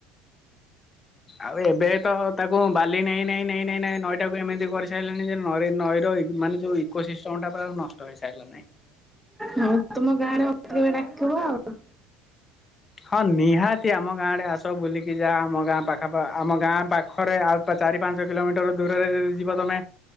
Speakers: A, on the left (about 25°); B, in the centre.
A: ଆଉ ଏବେ ତ ତାକୁ ବାଲି ନାଇଁ ନାଇଁ ନାଇଁ ନାଇଁ ନାଇଁ ନଈଟାକୁ ଏମିତି କରିସାରିଲାଣି ଯେ ନଈ ନଈର ମାନେ ଯୋଉ ଇକୋ ସିଷ୍ଟମଟା ପୁରା ନଷ୍ଟ ହେଇସାଇଲାନାଇ।
B: ହଁ ତମ ଗାଁରେ କେବେ ଡାକିବ ଆଉ।
A: ହଁ ନିହାତି ଆମ ଗାଁର ଆଡେ ଆସ ବୁଲିକି ଯାହା ଆମ ଗାଁ ପାଖ ଆମ ଗାଁ ପାଖରେ ଆଉ ଚାରି ପାଞ୍ଚ କିଲୋମିଟର ଦୂରରେ ଯଦି ଯିବ ତମେ